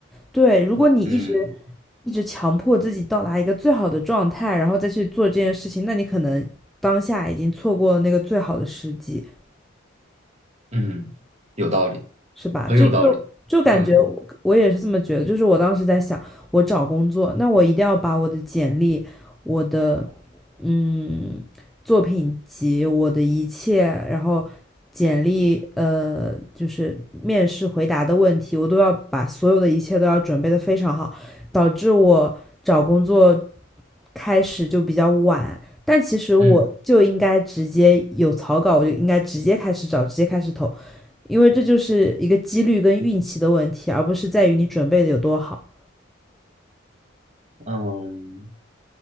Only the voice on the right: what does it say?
嗯
嗯，有道理，
很有道理。
嗯
嗯
嗯。